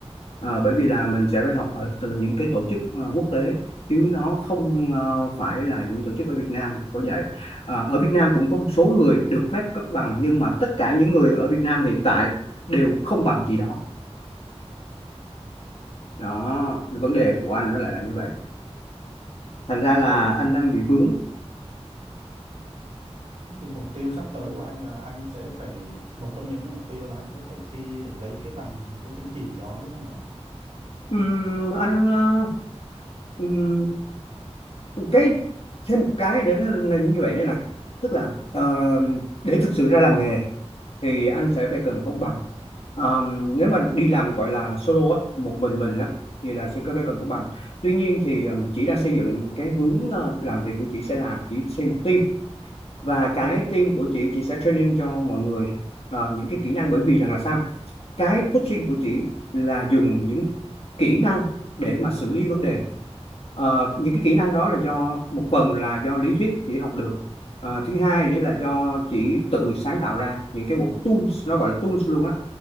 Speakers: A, on the left; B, on the right.
A: Ờ, bởi vì là mình sẽ phải học ở từ những cái tổ chức ờ, quốc tế chứ nó không ờ, phải là những tổ chức ở Việt Nam có dạy. Ờ, ở Việt Nam cũng có một số người được phép cấp bằng nhưng mà tất cả những người ở Việt Nam hiện tại đều không bằng chị đó. Đó, vấn đề của anh nó lại là như vậy. Thành ra
B: Vậy
A: là anh đang bị vướng.
B: thế thì mục tiêu sắp tới của anh là anh sẽ phải một trong những cái mục tiêu là anh sẽ phải thi để lấy cái bằng cái chứng chỉ đó đúng không ạ?
A: Ừm, anh ờ, ừm, cái thêm một cái nữa là, là như vậy nữa nè. Tức là ờ, để thực sự ra làm nghề thì anh sẽ phải cần có bằng Ờm, nếu mà đi làm gọi là solo á một mình mình á thì là sẽ phải cần có bằng tuy nhiên thì ờm, chị đang xây dựng cái hướng ờ, làm việc của chị sẽ là chị xây một team và cái team của chị chị sẽ training cho mọi người ờ, những cái kỹ năng bởi vì rằng là sao cái coaching của chị là dùng những kỹ năng để mà xử lý vấn đề Ờ, những cái kỹ năng đó là do một phần là do lý thuyết chỉ học được Ờ, thứ hai đấy là do chỉ tự sáng tạo ra những cái bộ tools nó gọi là tools luôn á